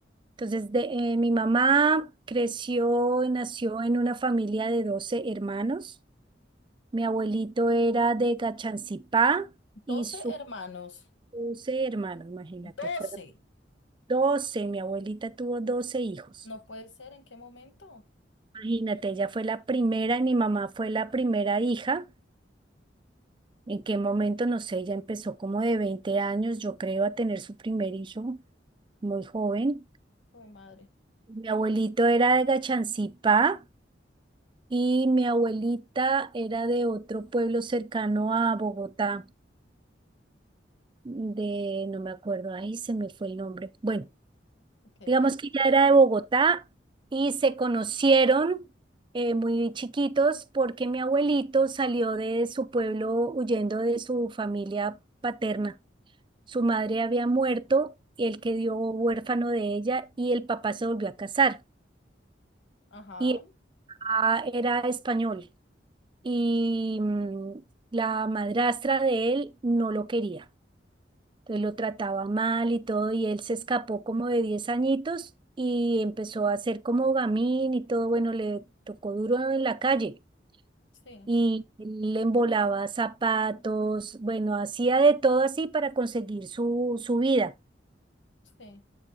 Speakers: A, on the right (about 25°); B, on the left (about 80°).
A: Entonces, de, eh, mi mamá creció y nació en una familia de 12 hermanos. Mi abuelito era de Gachancipá y
B: Doce
A: sus
B: hermanos.
A: 12 hermanos, imagínate,
B: Doce.
A: fueron 12. Mi abuelita tuvo doce hijos.
B: No puede ser, ¿en qué momento?
A: Imagínate, ella fue la primera y mi mamá fue la primera hija. ¿En qué momento? No sé, ella empezó como de 20 años, yo creo, a tener su primer hijo muy joven.
B: Uy, madre.
A: Mi abuelito era de Gachancipá y mi abuelita era de otro pueblo cercano a Bogotá, de, no me acuerdo, ahí se me fue el nombre. Bueno,
B: Ok.
A: digamos que ella era de Bogotá y se conocieron eh, muy chiquitos porque mi abuelito salió de su pueblo huyendo de su familia paterna. Su madre había muerto, el que dio huérfano de ella y el papá se volvió a casar.
B: Ajá.
A: Y el papá era español y mm, la madrastra de él no lo quería. Entonces lo trataba mal y todo y él se escapó como de 10 añitos y empezó a hacer como gamín y todo. Bueno, le tocó duro en la calle.
B: Sí,
A: Y le embolaba zapatos, bueno, hacía de todo así para conseguir su, su vida.
B: sí.